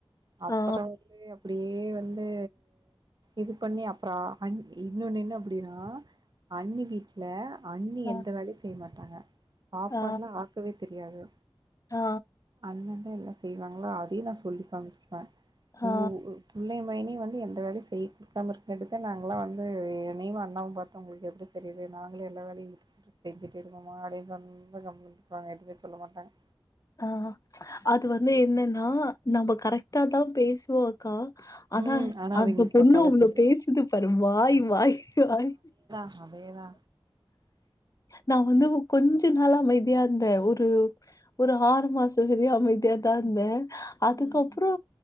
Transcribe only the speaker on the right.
அப்றோ
வந்து அப்டியே வந்து இது பண்ணி அப்றோ அஞ் இன்னொன்னு என்ன அப்டின்னா அண்ணி வீட்ல அண்ணி
எந்த வேலையு செய்ய மாட்டாங்க சாப்பாடுல
ஆகாகவே தெரியாது
அண்ண தா எல்லா செய்வாங்களா அதையு நா சொல்லி காமிச்சிடுவா உங்க
உ புள்ளயு மையினியு வந்து எந்த வேலயு செய்ய உக்காந்துருக்க வேண்டிதா நாங்களா வந்து எனையு அண்ணாவு பாத்தா உங்களுக்கு எப்டி தெரியுது நாங்களே எல்லா வேலையு இழுத் செஞ்சுட்டு இருக்கோமா அப்டினு சொன்னா கம்முனு இருப்பாங்க எதுவுமே சொல்ல மாட்டாங்க
ம் ஆனால் அவங்களுக்கு
தப்பாக தான்
தெரியும்
அதேதா
ம்